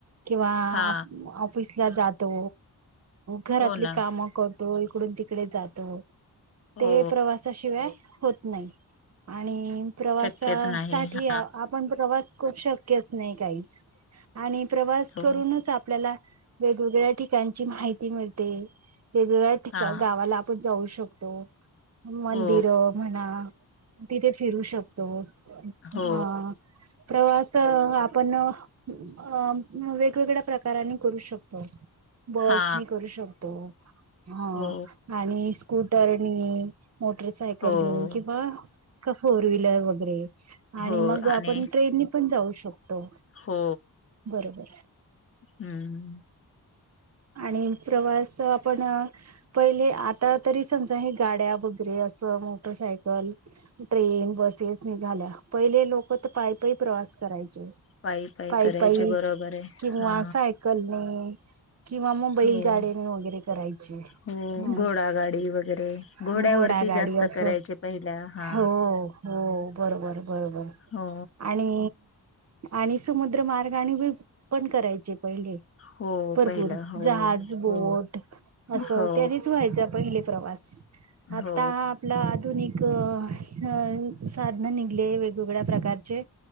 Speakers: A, on the right; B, on the left.
A: किंवा
B: हा
A: ऑफिसला जातो घरातली
B: हो ना
A: काम करतो. तो इकडून तिकडे जातो
B: हो
A: ते प्रवासाशिवाय होत नाही. आणि प्रवासासाठी
B: शक्यच नाही हा
A: आपण प्रवास खूप शक्यच नाही काहीच आणि प्रवास
B: हो
A: करूनच आपल्याला वेगवेगळ्या ठिकाणची माहिती मिळते. वेगवेगळ्या ठिकाण
B: हा
A: गावाला आपण जाऊ शकतो. मंदिर
B: हो
A: म्हणा तिथे फिरू शकतो.
B: हो
A: हा प्रवास आपण वेगवेगळ्या प्रकारने करू शकतो. बस
B: हा
A: नी करू शकतो. हा
B: हो
A: आणि स्कूटरनी मोटरसायकलनी
B: हो
A: किंवा का फोर व्हीलर वगैरे आणि
B: हो
A: मग
B: आणि
A: आपण ट्रेननी पण जाऊ शकतो.
B: हो
A: बरोबर
B: हम्म
A: आणि प्रवास आपण पहिले आता तरी समजा हे गाड्या वगैरे मोटरसायकल ट्रेन बसेस निघाल्या पहिले लोक तर पाय पायी प्रवास करायचे
B: पायी पायी
A: पाय
B: करायचे
A: पायी
B: बरोबर आहे
A: किंवा
B: हा
A: सायकलने किंवा मुंबई
B: हो
A: गाडीने वगैरे करायचे
B: हो
A: हम्म
B: घोडागाडी वगैरे घोड्यावरती
A: घोडा गाडी
B: जास्त
A: अस
B: करायचे पहिल्या हा
A: हो हो बरोबर बरोबर
B: हो
A: आणि आणि समुद्र मार्ग आणि पण करायचे पहिले,
B: हो
A: भर
B: पहिलं
A: पूर
B: हो
A: जहाज बोट
B: हो
A: अस
B: हो
A: त्यानीच व्हायच पहिले प्रवास
B: हो
A: आता हा आपला आधुनिक पद्धतीने एक अ साधन निघले वेगवेगळ्या प्रकारचे